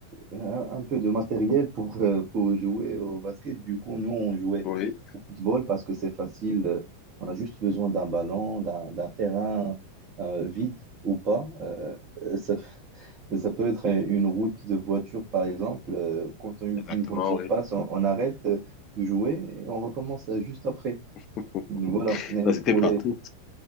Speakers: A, on the right; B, on the left.
A: un, un peu de matériel pour, euh, pour jouer au basket. Du coup, nous, on jouait
B: Oui,
A: au football parce que c'est facile. euh, On a juste besoin d'un ballon, d'un, d'un terrain euh, vide ou pas. Euh, euh, ça, <laughs> ça peut être une route de voiture, par exemple. Euh, Quand on-
B: exactement,
A: une voiture
B: oui.
A: passe, on, on arrête euh, de jouer et on recommence euh, juste après.
B: <laughs>
A: Voilà. Et
B: Ça, c'était
A: pour
B: partout.
A: les...